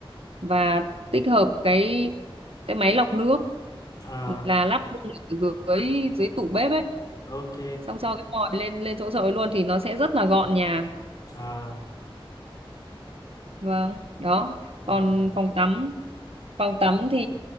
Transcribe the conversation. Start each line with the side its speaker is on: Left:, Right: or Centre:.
Right: và tích hợp cái cái máy lọc nước
Left: à
Right: là lắp luôn ở dưới dưới tủ bếp ấy
Left: ok
Right: xong cho cái vòi lên lên chỗ chậu ấy luôn thì nó sẽ rất là gọn nhà
Left: à,
Right: vâng đó còn
Left: à
Right: phòng tắm phòng tắm thì